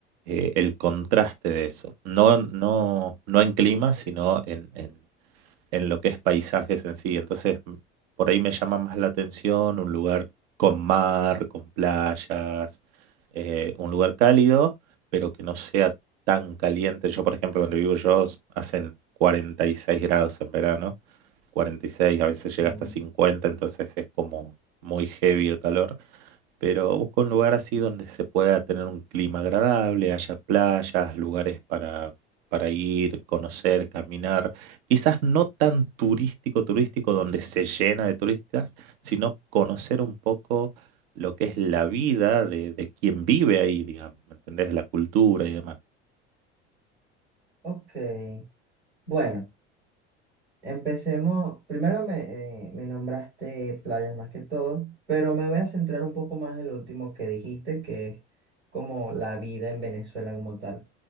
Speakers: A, on the right (about 65°); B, on the right (about 85°).
A: eh, el contraste de eso. No, no, no en clima, sino en, en- en lo que es paisajes en sí. Entonces, m- por ahí me llama más la atención un lugar con mar, con playas, eh, un lugar cálido, pero que no sea tan caliente. Yo, por ejemplo, donde vivo yo, s- hacen 46 grados en verano, 46, a veces llega
B: Mm,
A: hasta 50, entonces es como muy heavy el calor. Pero busco un lugar así donde se pueda tener un clima agradable, haya playas, lugares para, para ir, conocer, caminar. Quizás no tan turístico, turístico, donde se llena de turistas, sino conocer un poco lo que es la vida de, de quien vive ahí, digamos, ¿me entendés? La cultura y demás.
B: Ok. Bueno, empecemos. Primero me, eh, me nombraste playas más que todo, pero me voy a centrar un poco más en lo último que dijiste, que es como la vida en Venezuela como tal.